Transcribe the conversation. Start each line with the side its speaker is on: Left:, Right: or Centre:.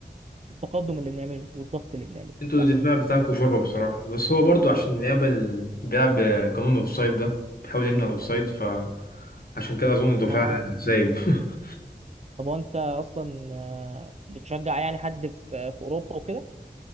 Right: التقدم اللي بنعمله والضغط اللي بنعمله
Left: انتوا
Right: بس
Left: الدفاع بتاعكوا شوربه بصراحه بس هو برضو عشان بيعمل بيلعب قانون الاوفسايد ده بيحاول يمنع الاوفسايد ف عشان كده اظن الدفاع
Right: ما
Left: سايب <laughs>
Right: طب وانت اصلا آه، بتشجع يعني حد في في اوروبا وكده